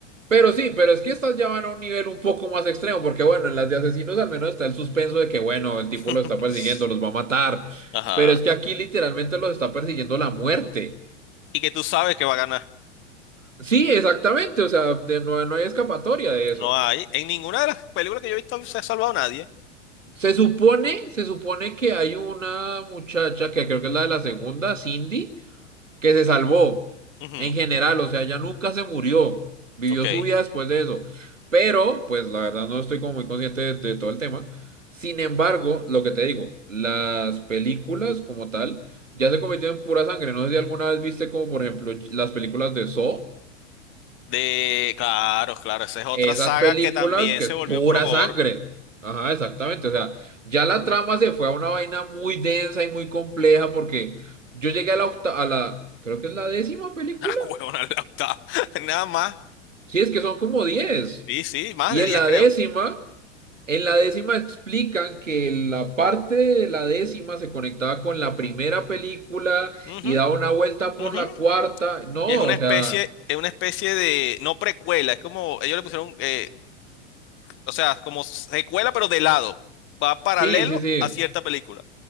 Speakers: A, on the right; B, on the left.
A: pero sí, pero es que estas ya van a un nivel un poco más extremo, porque bueno, en las de asesinos al menos está el suspenso de que, bueno, el tipo
B: <laughs>
A: los está persiguiendo, los va a matar.
B: Ajá.
A: Pero es que aquí literalmente los está persiguiendo la muerte.
B: Y que tú sabes que va a ganar.
A: Sí, exactamente. O sea, de- no no hay escapatoria de eso.
B: No hay. En ninguna de las películas que yo he visto se ha salvado nadie.
A: Se supone, se supone que hay una muchacha que creo que es la de la segunda, Cindy, que se salvó
B: Ujú,
A: en general, o sea, ella nunca se murió, vivió
B: Ok.
A: su vida después de eso. Pero, pues la verdad no estoy como muy consciente de, de todo el tema. Sin embargo, lo que te digo, las películas como tal ya se convirtieron en pura sangre. No sé si alguna vez viste como por ejemplo las películas de Saw.
B: De. Claro, claro. Esa es otra
A: esas
B: saga
A: películas
B: que también
A: que
B: se
A: es
B: volvió
A: pura
B: puro gore.
A: sangre.
B: <laughs>
A: Ajá, exactamente. O sea, ya la trama se fue a una vaina muy densa y muy compleja porque yo llegué a la octa- a la, creo que es la décima película.
B: Ah, huevona, la octava. <laughs> Nada más.
A: Sí, es que son como diez.
B: Sí, sí, más
A: Y
B: de
A: en
B: 10
A: la
B: creo.
A: décima, en la décima explican que la parte de la décima se conectaba con la primera película
B: Ujú,
A: y daba una vuelta por
B: ujú.
A: la cuarta. No,
B: Y es una
A: o
B: especie,
A: sea,
B: es una especie de. No precuela, es como. Ellos le pusieron. eh, O sea, como secuela, pero de lado. Va paralelo
A: sí, sí, sí.
B: a cierta película.